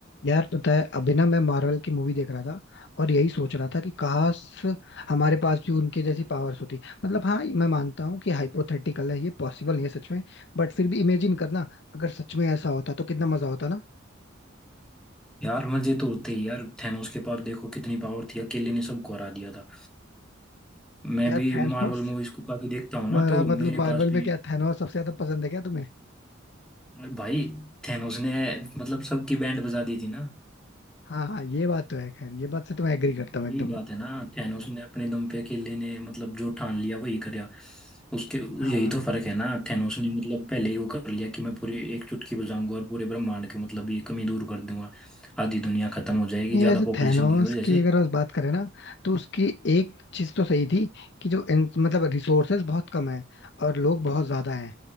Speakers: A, on the left; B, in the centre.
A: यार पता है अभी ना मैं मार्वल की मूवी देख रहा था और यही सोच रहा था कि काश हमारे पास भी उनके जैसी पावर्स होती मतलब हाँ मैं मानता हूँ कि हाइपोथेटिकल है ये पॉसिबल नहीं है सच में बट फिर भी इमेजिन करना अगर सच में ऐसा होता तो कितना मजा होता ना
B: यार मजे तो होते ही यार थैनोस के पास देखो कितनी पावर थी अकेले ने सबको हरा दिया था मैं
A: यार
B: भी
A: थैनोस
B: मार्वल मूवीज को काफी देखता हूँ ना
A: मारा
B: तो मेरे
A: मतलब मार्वल
B: पास भी
A: में क्या थैनोस सबसे ज्यादा पसंद है क्या तुम्हें
B: अरे भाई थैनोस ने मतलब सबकी बैंड बजा दी थी ना
A: हाँ हाँ ये बात तो है खैर ये बात से तो मैं एग्री करता हूँ
B: यही
A: एकदम
B: बात है ना थैनोस ने अपने दम पे अकेले ने मतलब जो ठान लिया वही करा उसके
A: हाँ
B: यही तो फर्क है ना थैनोस ने मतलब पहले ही वो कर लिया कि मैं पूरी एक चुटकी बजाऊंगा और पूरे ब्रह्मांड के मतलब ये कमी दूर कर दूंगा आधी दुनिया खत्म हो जाएगी
A: नहीं
B: ज्यादा
A: वैसे
B: पॉपुलेशन
A: थैनोस
B: की वजह
A: की
B: से
A: अगर बस बात करें ना तो उसकी एक चीज तो सही थी कि जो इन- मतलब रिसोर्सेज बहुत कम है और लोग बहुत ज्यादा हैं